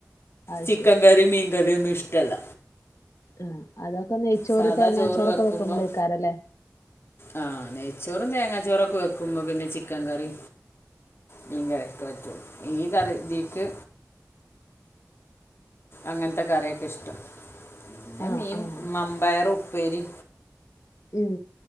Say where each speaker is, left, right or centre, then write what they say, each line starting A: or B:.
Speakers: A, on the left; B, on the left.
A: അത്
B: ചിക്കൻ
A: ശരി
B: കറിം, മീൻ കറിം, ഒന്നും ഇഷ്ടല്ല.
A: ആ, അതൊക്കെ നെയ്ച്ചോറ്
B: സാദാ
A: തേങ്ങാച്ചോറൊക്കെ
B: ചോറ് വെക്കുമ്പോൾ
A: വെക്കുമ്പോൾയ്ക്കാരല്ലേ.
B: ആ, നെയ്ച്ചോറും, തേങ്ങാച്ചോറൊക്കെ വെക്കുമ്പോ പിന്നെ ചിക്കൻ കറി മീൻ കറിയൊക്കെ പറ്റുളു. ഈ കറി ഇതിക്ക് അങ്ങനത്തെ കറിയൊക്കെ ഇഷ്ടം. പിന്നെ
A: ആഹ്
B: മീൻ
A: ആഹ്
B: മമ്പയർ, ഉപ്പേരി
A: ഉം.